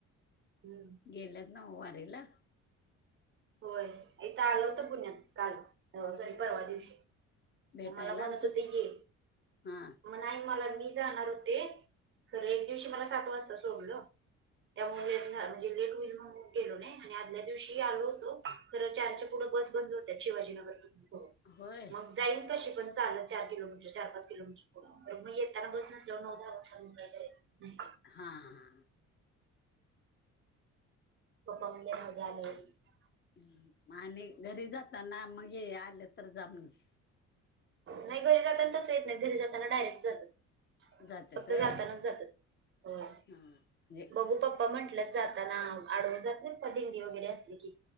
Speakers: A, on the right; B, on the left.
A: हम्म.
B: गेल्यात नवं वारीला.
A: होय इथ आलं हुतो पुण्यात काल सॉरी परवा दिवशी.
B: भेटायला
A: मग मला म्हणत
B: आलत
A: होते ये.
B: हा
A: मग नाही मला मी जाणार होते, खरं एक दिवशी मला सात वाजता सोडलं. त्यामुळे लेट झा म्हणजे लेट होईल, म्हणून गेलो नाही आणि आदल्या दिवशी आलो. तो तर चारच्या पुढे बस बंद होते, शिवाजीनगर पासून हो
B: होय
A: मगं. जाईन कशीपण चालत चार किलोमीटर चार पाच किलोमीटर. हो तर मग येताना बस नसल्यावर मग दारात थांबून काय करायचं.
B: हां.
A: पप्पा म्हणले राहू दे आल्यावर
B: हं म आणि घरी जाताना मग हे आले तर जा म्हणस.
A: नाही गं हे जाताना तसं येत नाहीत, घरी जाताना डायरेक्ट जातात.
B: जात्यात
A: फक्त
B: होय
A: जातानाच
B: हा
A: जात्यात, होय
B: म्हणजे
A: बघू पप्पा म्हंटल्यात जाताना आडवं जात्यात का दिंडी वगैरे असली की